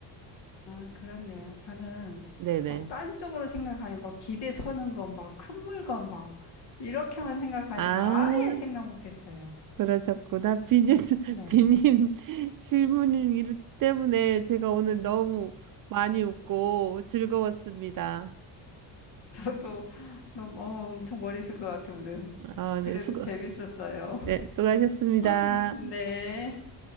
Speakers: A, on the left (about 60°); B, on the right (about 45°).
A: 아, 그렇네요. 저는
B: 네네.
A: 막 딴 쪽으로 생각하니 막 기대 서는 거, 막 큰 물건 막 이렇게만 생각하니까
B: 아,
A: 아예 생각 못했어요.
B: 그러셨구나. 비님, <laughs>
A: 네,
B: 비님 질문 때문에 제가 오늘 너무 많이 웃고 즐거웠습니다.
A: 저도 <laughs> 너무 어, 엄청 머리 쓴 것 같아요 오늘.
B: 아,
A: 그래도
B: 네, 수고,
A: 재밌었어요.
B: 네, 수고하셨습니다.
A: <laughs> 네.